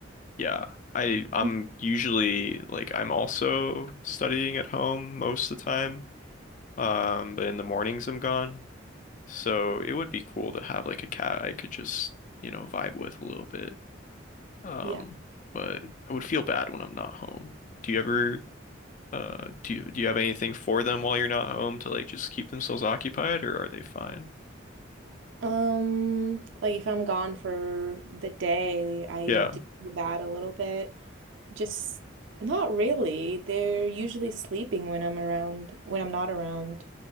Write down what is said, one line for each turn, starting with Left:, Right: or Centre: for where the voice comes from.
Left: yeah. I I'm
Right: Um,
Left: usually like I'm also studying at home most of the time. Um, but in the mornings I'm gone. So it would be cool to have like a cat I could just, you know, vibe with a little bit. Um,
Right: yeah.
Left: but I would feel bad when I'm not home. Do you ever uh do you do you have anything for them while you're not home to like just keep themselves occupied or are they fine?
Right: Um, like if I'm gone for the day, I
Left: Yeah,
Right: do that a little bit. Just not really. They're usually sleeping when I'm around, when I'm not around.